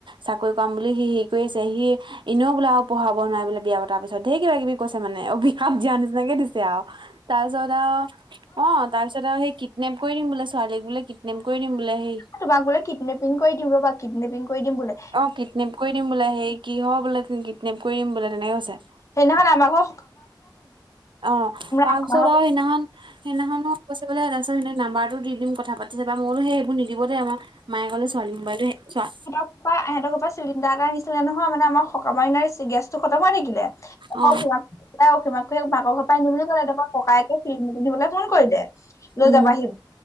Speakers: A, on the right (about 75°); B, on the left (about 40°).
A: চাকৰি কৰাম বুলি সি হেৰি কৰি আছে, সি এনেও বোলে আৰু পঢ়াব নাই বোলে বিয়া পতা পিছ ছ' ধেৰ কিবা-কিবি কৈছে মানে, অভিষাপ দিয়া নিচিনাকে দিছে আৰু। তাৰপিছত আৰু- অ', তাৰ পিছত আৰু সেই, 'কিডনেপ কৰি নিম', বোলে ছোৱালীক, বোলে 'কিডনেপ কৰি দিম', বোলে সেই
B: তোমাক বোলে কিডনেপিং কৰি দিম, ৰবা কিডনেপিং কৰি দিম বোলে।
A: অ', কিডনেপ কৰি দিম বোলে, হেই কি হ বোলে 'কিডনেপ কৰি দিম' বোলে, তেনেকে কৈছে।
B: সেইদিনাখন আমাকো
A: অ', তাৰপিছত
B: আমাৰ
A: আৰু সেইদিনাখন, সেইদিনাখনো কৈছে বোলে, তাৰপিছত সেইদিনা নাম্বাৰতটো দি দিম, কথা পাতি চাবা। মই বোলোঁ, সেই এইবোৰ নিদিব দেই আমাৰ, মায়ে কল ছোৱালী ম'বাইলটো, চোৱা
B: কয়, সিহঁতৰ ঘৰ পৰা চিলিণ্ডাৰ এটা নিছিলে নহয়, মানে আমাৰ সকামৰ দিনাই চি গেছ চ, খতম হৈ থাকিলে। <unintelligible> তাৰ‌পা
A: অ
B: অসীমাখ মাকৰ ঘৰ পৰা আনিম বুলি ক'লে, তাৰ পৰা ককায়ে ফিল্ম <unintelligible> পিন্ধিবলৈ ফোন কৰিলে। লৈ
A: উম
B: যাব আহি-